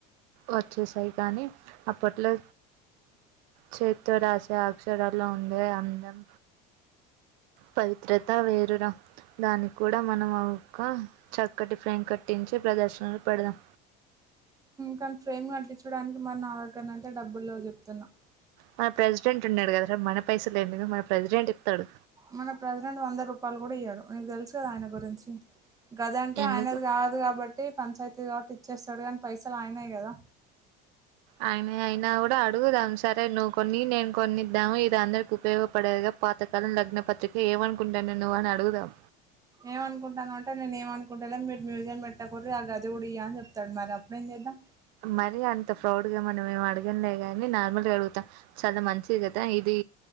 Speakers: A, on the right (about 80°); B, on the right (about 15°).
A: వచ్చేసాయి కానీ అప్పట్లో చేతితో రాసే అక్షరాల్లో ఉండే అందం పవిత్రత వేరురా దానికి కూడా మనం ఒక్క చక్కటి ఫ్రేమ్ కట్టించి ప్రదర్శనలో పెడదాం
B: కానీ ఫ్రేమ్ కట్లించడానికి మరి నా దగ్గరనయితే డబ్బులు లేవు చెప్తున్నా
A: మన ప్రెసిడెంట్ ఉన్నడు కదరా మన పైసలు ఎందుకు మన ప్రెసిడెంట్ ఇత్తడు
B: మన ప్రెసిడెంట్ వంద రూపాయలు కూడ ఇయ్యడు నీకు తెలుసు కదా ఆయన గురించి గదంటే
A: ఎందుకు
B: ఆయనది కాదు కాబట్టి పంచాయతీ కాబట్టి ఇచ్చేస్తడు కానీ పైసలు ఆయనయి కదా
A: ఆయనయి అయినా కూడా అడుగుదాం సరే నువ్వు కొన్ని నేను కొన్నిద్దాము ఇది అందరికి ఉపయోగపడేదే పాతకాలం లగ్న పత్రిక ఏమనుకుంటన్నవు నువ్వు అని అడుగుదాం.
B: ఏమనుకుంటానవు అంటే నేను ఏమనుకుంటలే మీరు మ్యూజియం పెట్టకుర్రి ఆ గది కూడ ఇయ్య అని చెప్తడు మరి అప్పుడేం చేద్దాం
A: మరి అంత ఫ్రౌడ్గా మనమేం అడగంలే గాని నార్మల్గ అడుగుతం చాలా మంచిది కదా ఇది